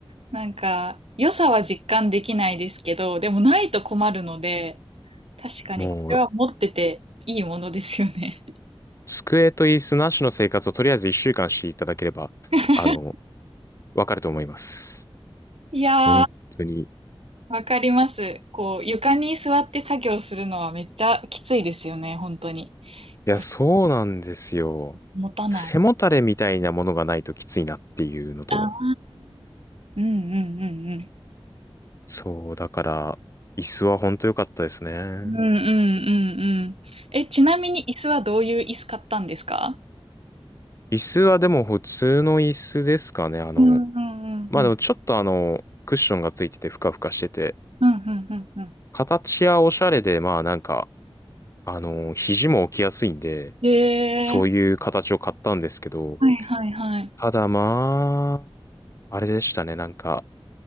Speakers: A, on the right (about 80°); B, on the left (about 30°).
A: なんか、良さは実感できないですけど、でもないと困るので、確かにこれは持ってていいものですよね。
B: もう、机と椅子なしの生活をとりあえず一週間していただければ、
A: <laughs>
B: あの、わかると思います。
A: いやー、
B: 本当に。い
A: わかります。こう、床に座って作業するのはめっちゃきついですよね、本当に。
B: や、
A: 腰
B: そうなんですよ。
A: 持たない。
B: 背もたれみたいなものがないときついなっていうのと。
A: ああ、うんうんうんうん。
B: そう、だから、椅子は本当良かったですね。
A: うんうんうんうん。え、ちなみに椅子はどういう椅子買ったんですか
B: 椅子はでも普通の椅子ですかね。あの、
A: うんうんうんうん。
B: まあでもちょっとあの、クッションがついててふかふかしてて、
A: うんうんうんうん。
B: 形やおしゃれで、まあなんか、あの、肘も置きやすいんで、
A: えー
B: そういう形を買ったんですけど、
A: はいはいはい。
B: ただまあ、あれでしたね。なんか、